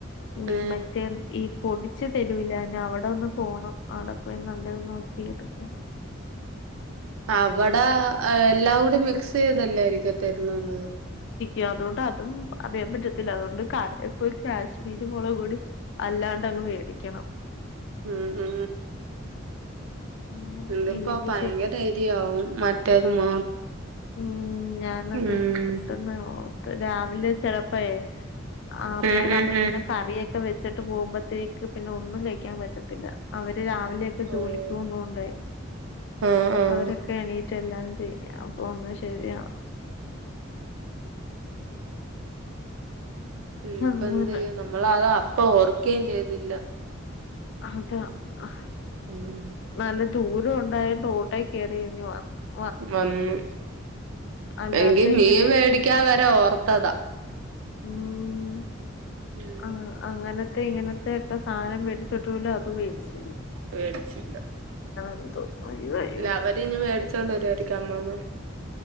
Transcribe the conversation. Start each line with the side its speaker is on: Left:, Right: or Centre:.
Left: മി
Right: ഏ
Left: മറ്റത്ഈ പൊടി ച്ച് തരൂലാന്ന് അവിടെന്ന് പോണം അവിടെ പോയി നല്ലത് നോക്കി എടുക്കാ
Right: അവടെ എല്ലാം കൂടി മിക്സ് ചെതല്ലരിക്കും തരുന്നത്
Left: യാതൂട്ടാ അതും അറിയാൻ പറ്റത്തില്ല അതുകൊണ്ട് കടേൽ പോയികാശ്മീരി മുളകുപൊടി അല്ലാണ്ടങ്ങ് മേടിക്കണ്ണം
Right: ഉംഉ
Left: അങ്ങനെ
Right: എന്തെക്കൊഭയങ്കര
Left: ഇല്ലെങ്കി
Right: എരു ആവും മറ്റേതുമെ
Left: മ് ഞാനത്
Right: ഉം
Left: പെട്ടന്ന് ഓ ർത്ത് രാവിലെ ചെലപ്പോയെ ആ അമ്മയുടെ
Right: ഉം ഉം
Left: അമ്മ ഇങ്ങനെ കറിയൊക്കെ വെ ച്ച്ട്ട് പോകുപ്പത്തേക്ക് ഇൻക്ക് പിന്നെ ഒന്നും വേഴിക്കാൻ പറ്റത്തില്ല അവര് രാവിലെക്കെ
Right: ഉം
Left: ജോലിക്ക് പോകുന്നോണ്ട്
Right: ആഹ് ആഹ്
Left: അവരൊക്കെ എണീറ്റ് എല്ലാം ചെയും അന്നാശരിയാ
Right: ന്
Left: അങ്ങനെ
Right: പ്പം എന്തെയും ഞമ്മൾ അത് അപ്പോ ഓർക്കെചെതില്ല
Left: അത അഹ് ഹാ
Right: ഉം
Left: വലുത് തുർ ഉണ്ടായിട്ട് ഓട്ടേ കേറി <unintelligible>
Right: വന്നു
Left: അല്ലാത്ത
Right: എങ്കിൽ മീൻ
Left: ഇങ്ങനെ
Right: വേടിക്കാതെ ന്നെ ഓർത്തതാ
Left: മ്
Right: ഉം
Left: ആ അങ്ങനെ ത്തെ ഇങ്ങനത്തെ ക്കെസാനം വേടിച്ചിട്ടുല്ല അത് വേടിച്ചു
Right: വേടിച്ചില്ല
Left: എന്തോ അയ്യോ അയ്യോ
Right: ലവരിന് വേടിച്ചോണ്ട് വരായിരിക്കും അമ്മമ